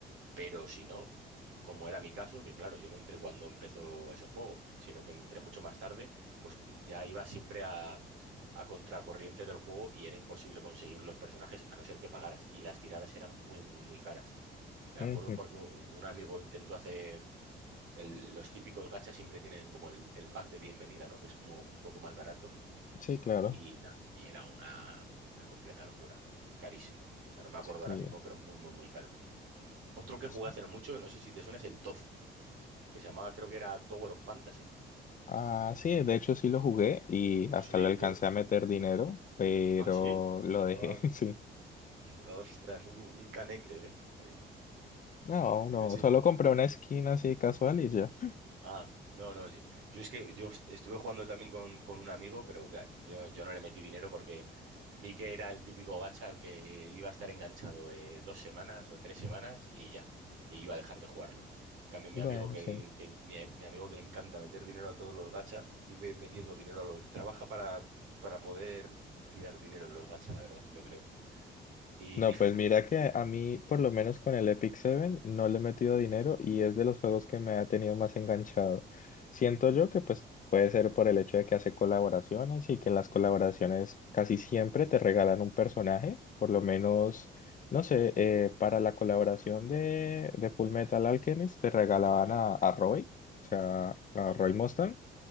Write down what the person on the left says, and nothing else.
ujú,
Sí, claro,
sí.
sí.
Ah, sí, de hecho sí lo jugué y hasta
le alcancé
a meter dinero, pero
lo dejé,
<laughs> sí.
No, no,
solo compré una skin así casual y ya.
Bueno,
sí.
No, pues mira que a mí, por lo menos con el Epic Seven, no le he metido dinero y es de los juegos que me ha tenido más enganchado. Siento yo que pues puede ser por el hecho de que hace colaboraciones y que las colaboraciones
casi siempre te regalan un personaje, por lo menos, no sé, eh, para la colaboración de, de Full Metal Alchemist te regalaban
a, a Roy, o sea, a
Roy Mustang,